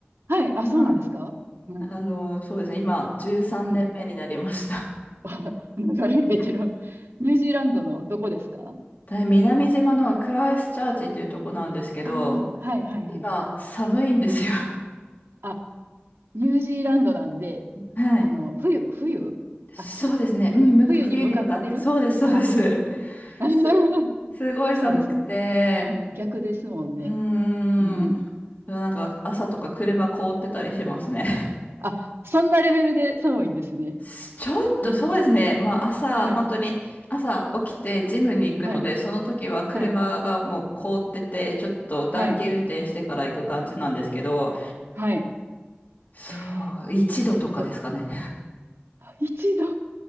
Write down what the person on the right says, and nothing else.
はい。あ、
そうなんですかはい。
うん。<laughs> あ長いベテラン。
ニュージーランドのどこですか
ああー、はいはいはい。
あ、ニュージーランドなんで、
あの、冬、冬秋
冬に向かってるあ
あー。
<laughs>
そうですね。逆ですもんね。
うん。
あ、そんなレベルで寒いんですね。
<laughs> うん。
はい。
はい。
はい。
はい。はい。
えーっ
と、一度、